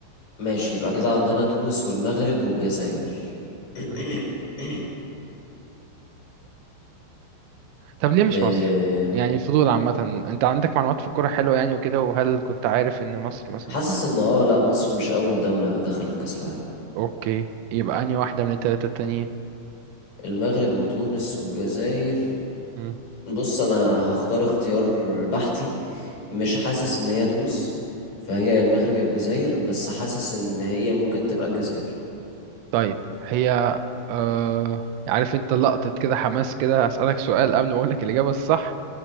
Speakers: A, on the left; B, on the right.
A: ماشي يبقى كده عندنا تونس والمغرب والجزائر <clears throat>
B: مم.
A: <coughs>
B: طب ليه مش
A: آم،
B: مصر يعني الفضول عامة انت عندك معلومات في الكورة حلوة يعني وكده وهل كنت عارف ان مصر مثلا
A: حاسس ان اه لا مصر مش اول دولة دخلت كأس العالم
B: اوكي يبقى انهي واحدة من التلاتة التانيين
A: المغرب وتونس والجزائر
B: مم.
A: بص انا هختار اختيار بحتي مش حاسس ان هي تونس فهي يا المغرب يا الجزائر بس حاسس ان هي ممكن تبقى الجزائر
B: طيب هي آه... عارف انت لقطة كده حماس كده هسألك سؤال قبل ما اقولك الإجابة الصح